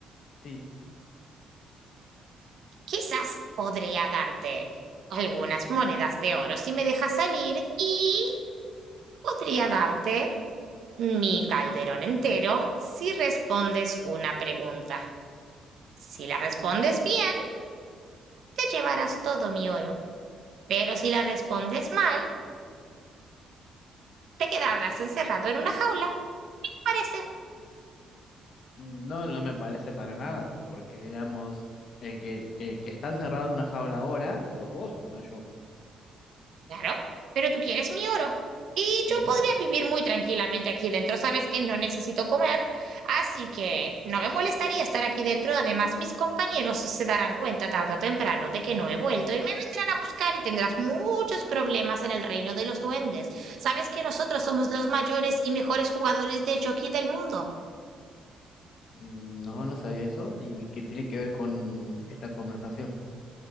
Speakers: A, on the left; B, on the right.
A: Sí.
B: Quizás podría darte algunas monedas de oro si me dejas salir y podría darte mi calderón entero si respondes una pregunta. Si la respondes bien, te llevarás todo mi oro. Pero si la respondes mal, te quedarás encerrado en una jaula. Parece.
A: No, no me parece para nada, porque digamos, el que, el que está encerrado en una jaula ahora, sos vos, no yo.
B: Claro, pero tú quieres mi oro. Y
A: Sí.
B: yo podría vivir muy tranquilamente aquí dentro. Sabes que no necesito comer, así que no me molestaría estar aquí dentro. Además, mis compañeros se darán cuenta tarde o temprano de que no he vuelto y me vendrán a buscar y tendrás muchos problemas en el reino de los duendes. Sabes que nosotros somos los mayores y mejores jugadores de jockey del mundo.
A: Mm, No, no sabía eso. ¿Y qué tiene que ver con esta conversación?